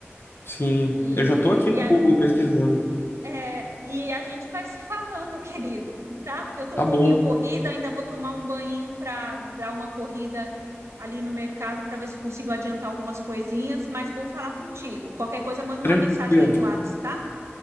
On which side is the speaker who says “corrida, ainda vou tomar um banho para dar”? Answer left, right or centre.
Right